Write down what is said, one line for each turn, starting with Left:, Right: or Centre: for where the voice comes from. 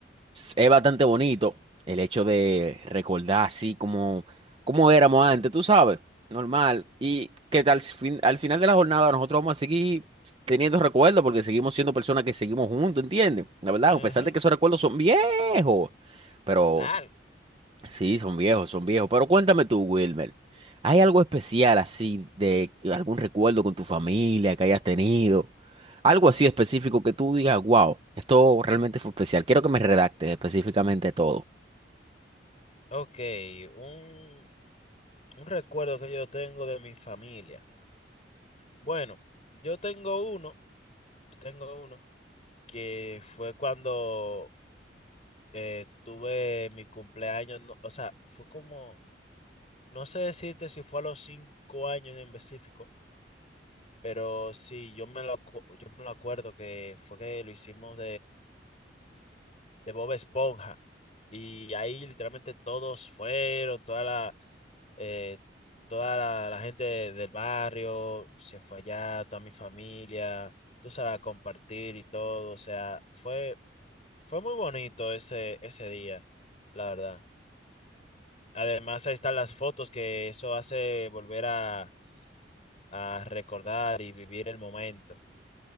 Right: Es bastante bonito el hecho de recordar así como, como éramos antes, tú sabes, normal. Y que al fin- al final de la jornada nosotros vamos a seguir teniendo recuerdos porque seguimos siendo personas que seguimos juntos, ¿entiendes? La verdad,
Left: Ujú,
Right: a pesar de que esos recuerdos son viejos, pero
Left: Largo.
Right: Sí, son viejos, son viejos. Pero cuéntame tú, Wilmer, ¿hay algo especial así de algún recuerdo con tu familia que hayas tenido? Algo así específico que tú digas, wow, esto realmente fue especial. Quiero que me redactes específicamente todo.
Left: Ok, un, un recuerdo que yo tengo de mi familia. Bueno, yo tengo uno, yo tengo uno que fue cuando eh, tuve mi cumpleaños, no- o sea, fue como, no sé decirte si fue a los cinco años en específico, pero sí, yo me lo, acu- yo me lo acuerdo que fue que lo hicimos de Bob Esponja. Y ahí literalmente todos fueron, toda la, eh, toda la, la gente de- del barrio se fue allá, toda mi familia, tú sabes, a compartir y todo. O sea, fue, fue muy bonito ese, ese día, la verdad. Además, ahí están las fotos que eso hace volver a, a recordar y vivir el momento